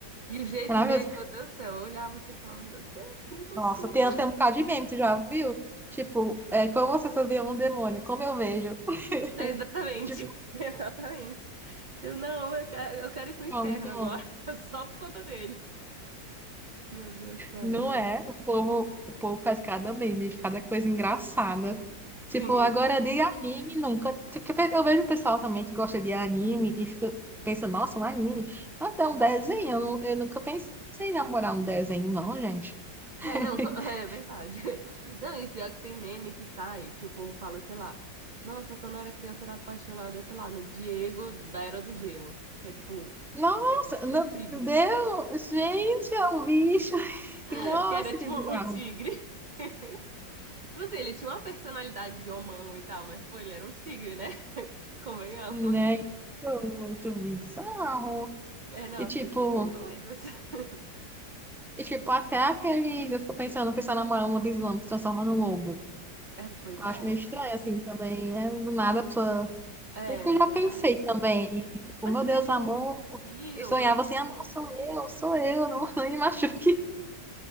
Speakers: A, on the right; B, in the centre.
A: E o jeito
B: maravilhoso.
A: dele, meu Deus do céu, eu olhava você e falava, meu Deus, me possua.
B: Nossa, tem até um bocado de meme, tu já viu? Tipo, é, como você fazia um demônio, como eu vejo. <laughs>
A: É, exatamente,
B: Tipo,
A: <laughs> exatamente. Eu não, eu quero, eu quero ir pro inferno
B: não, muito bom.
A: agora, <laughs> só por conta dele. Meu Deus do céu,
B: Não
A: nossa.
B: é? O povo, o povo faz cada meme, cada coisa engraçada. Tipo,
A: Sim.
B: agora é de anime nunca. Tipo, eu vejo o pessoal também que gosta de anime e fica, pensa, nossa, um anime. Mas é um desenho, eu, nu- eu nunca pensei em namorar um desenho, não, gente. <laughs>
A: É, não, co- <laughs> é verdade. Não, e pior que tem meme que sai, que o povo fala, sei lá, nossa, quando eu era criança eu era apaixonada, sei lá, no Diego da Era do Gelo, que é tipo
B: Nossa,
A: o,
B: não,
A: o tigre.
B: meu Deus, gente, é um bicho. <laughs>
A: <laughs>
B: Nossa,
A: Que era tipo
B: que bizarro.
A: o tigre. <laughs> Tipo assim, ele tinha uma personalidade de homão e tal, mas pô, ele era um tigre, né? <laughs> Convenhamos.
B: Né? Muito muito bizarro.
A: É, não,
B: E
A: as
B: tipo,
A: pessoas são doidas. <laughs>
B: e tipo, até aqueles. Eu fico pensando, o pessoal namorando um lobisomem, se transforma num lobo.
A: É, pois
B: Eu
A: é.
B: acho meio estranho, assim, também, né? Do nada a pessoa.
A: É,
B: Bem que eu já
A: verdade.
B: pensei também. E, tipo,
A: Mas
B: meu
A: se
B: Deus,
A: bem que
B: amor.
A: vampiro,
B: E sonhava
A: vampiro,
B: assim, amor,
A: assim.
B: sou eu, sou eu, não, <laughs> não me machuque.